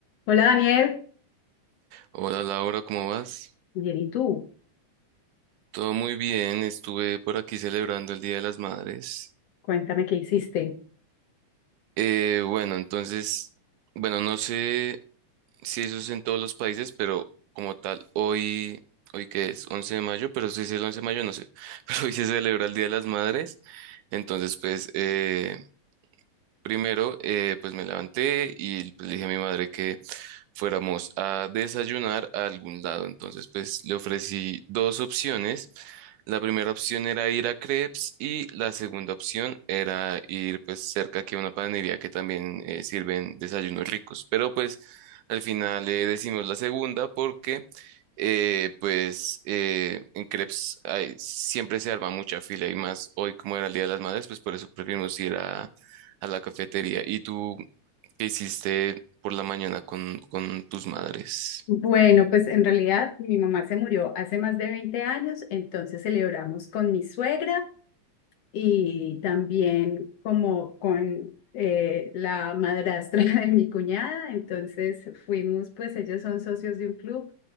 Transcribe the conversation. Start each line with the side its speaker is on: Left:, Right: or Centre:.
Left: Hola Daniel,
Right: Hola Laura, ¿cómo vas?
Left: bien, ¿y tú?
Right: Todo muy bien, estuve por aquí celebrando el Día de las Madres.
Left: Cuéntame qué hiciste.
Right: Eh, bueno, entonces, bueno, no sé si eso es en todos los países, pero como tal, hoy, hoy que es 11 de mayo, pero si es el 11 de mayo, no sé, <laughs> pero hoy se celebra el Día de las Madres. Entonces, pues, eh, Primero, eh, pues me levanté y pues, le dije a mi madre que fuéramos a desayunar a algún lado. Entonces, pues le ofrecí dos opciones. La primera opción era ir a Crepes y la segunda opción era ir pues cerca aquí a una panadería que también eh, sirven desayunos ricos. Pero pues al final le decimos la segunda porque eh, pues eh, en Crepes hay- siempre se arma mucha fila y más hoy como era el Día de las Madres, pues por eso preferimos ir a la cafetería. ¿Y tú qué hiciste por la mañana con, con tus madres?
Left: Bueno, pues en realidad mi mamá se murió hace más de 20 años, entonces celebramos con mi suegra y también como con eh, la madrastra <laughs> de mi cuñada, entonces fuimos, pues ellos son socios de un club,